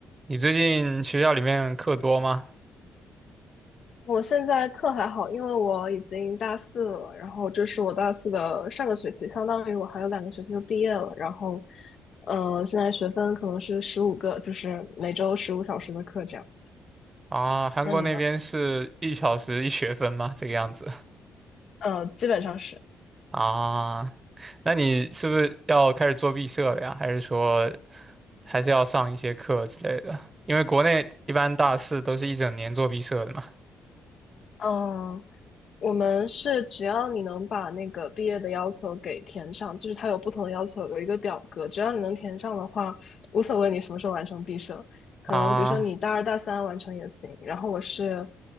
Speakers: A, on the right; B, on the left.
A: 你最近学校里面课多吗？
B: 我现在课还好，因为我已经大四了，然后这是我大四的上个学期，相当于我还有两个学期就毕业了。然后，呃，现在学分可能是十五个，就是每周十五小时的课这样。
A: 啊，韩国那边是一小时一学分吗？
B: 那你呢？
A: 这个样子
B: 呃，基本上是，
A: 啊？那你是不是要开始做毕设了呀？还是说还是要上一些课之类的？因为国内一般大四都是一整年做毕设的嘛。
B: 嗯、我们是只要你能把那个毕业的要求给填上，就是它有不同的要求，有一个表格，只要你能填上的话，无所谓你什么时候完成毕设。可能比如说你大二大三完成也行，
A: 啊
B: 然后我是，